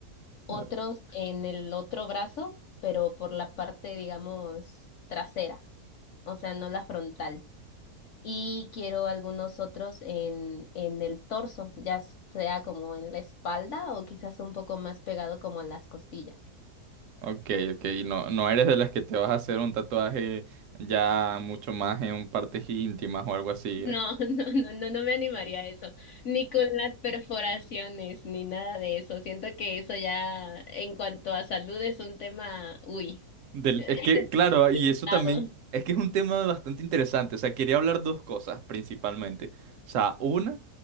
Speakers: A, on the left; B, on the right.
A: otros
B: Ah,
A: en el otro brazo, pero por la parte, digamos, trasera. o sea, no la frontal. Y quiero algunos otros en, en el torso, ya sea como en la espalda o quizás un poco más pegado como a las costillas.
B: Ok, ok, y no, no eres de las que te vas a hacer un tatuaje ya mucho más en partes íntimas o algo así.
A: No, <laughs> no, no, no, no me animaría a eso, ni con las perforaciones, ni nada de eso. Siento que eso ya, en cuanto a salud, es un tema, uy,
B: Del-
A: <laughs>
B: es que, claro, y
A: delicado.
B: eso también, es que es un tema bastante interesante. O sea, quería hablar dos cosas principalmente. O sea, una